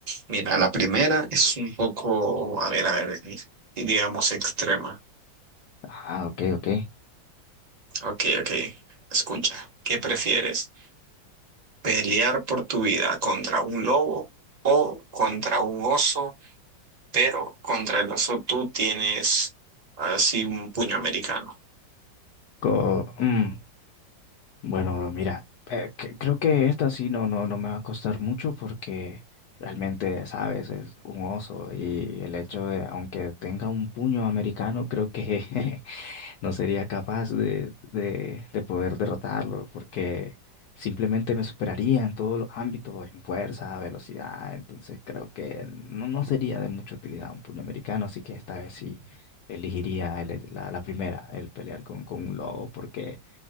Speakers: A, on the right; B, on the left.
A: Mira, la primera es un poco, a ver, a ver, digamos extrema.
B: Ah, ok, ok.
A: Ok, ok. Escucha, ¿qué prefieres? pelear por tu vida contra un lobo o contra un oso, pero contra el oso tú tienes así un puño americano.
B: Co- mm, Bueno, bro, mira, eh, que- creo que esta sí no, no, no me va a costar mucho porque realmente, sabes, es un oso y el hecho de, aunque tenga un puño americano, creo que <laughs> no sería capaz de, de, de poder derrotarlo porque simplemente me superaría en todos los ámbitos, en fuerza, velocidad. Entonces creo que no, no sería de mucha utilidad un puroamericano, así que esta vez sí elegiría el- la, la primera, el pelear con, con un lobo, porque